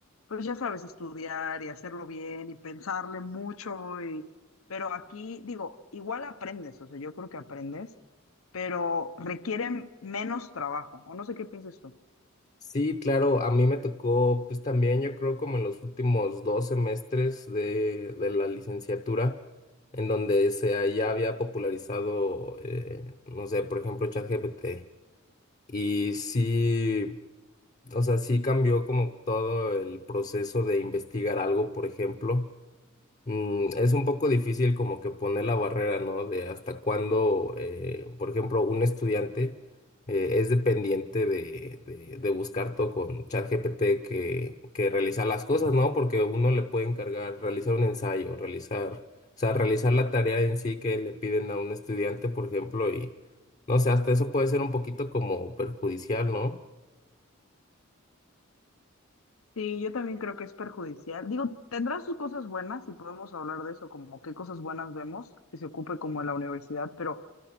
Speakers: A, on the left; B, on the left.
A: pues ya sabes, estudiar y hacerlo bien y pensarle mucho. Y... Pero aquí, digo, igual aprendes, o sea, yo creo que aprendes, pero requieren menos trabajo. O no sé qué piensas tú.
B: Sí, claro, a mí me tocó, pues también yo creo como en los últimos dos semestres de, de la licenciatura, en donde se ya había popularizado, eh, no sé, por ejemplo, ChatGPT. Y sí, o sea, sí cambió como todo el proceso de investigar algo, por ejemplo. Mm, es un poco difícil como que poner la barrera, ¿no? De hasta cuándo, eh, por ejemplo, un estudiante eh, es dependiente de, de, de buscar todo con ChatGPT que, que realizar las cosas, ¿no? Porque uno le puede encargar realizar un ensayo, realizar, o sea, realizar la tarea en sí que le piden a un estudiante, por ejemplo, y no sé, hasta eso puede ser un poquito como perjudicial, ¿no?
A: Sí, yo también creo que es perjudicial. Digo, tendrá sus cosas buenas y podemos hablar de eso, como qué cosas buenas vemos que se ocupe como en la universidad, pero